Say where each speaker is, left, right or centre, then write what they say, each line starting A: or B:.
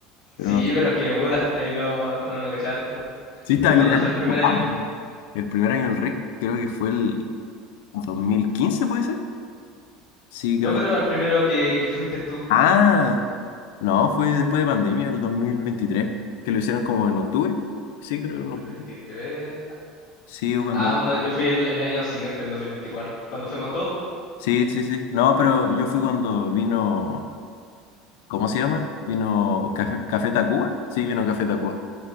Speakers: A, on the left (about 45°); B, on the left (about 75°).
A: Sí,
B: pero no.
A: pero es que puta, ahí no, no, no cachaba tanto.
B: Sí, está
A: ¿Pero
B: literal.
A: cuándo fue el primer año?
B: ay, El primer año del rey creo que fue el dos mil quince ¿puede ser? Sí,
A: No,
B: creo
A: pero
B: que.
A: al primero que, que fuiste tú.
B: Ah, no, fue después de pandemia, el 2023 que lo hicieron como en octubre. Sí, creo que
A: 2023.
B: en octubre. Sí, o cuando.
A: Ah, bueno, yo fui el, el año siguiente, el 2024. Cuando fuimos todos, pues.
B: Sí, sí, sí. No, pero yo fui cuando vino. ¿cómo se llama? Vino Café, Café Tacuba. Sí, vino Café Tacuba.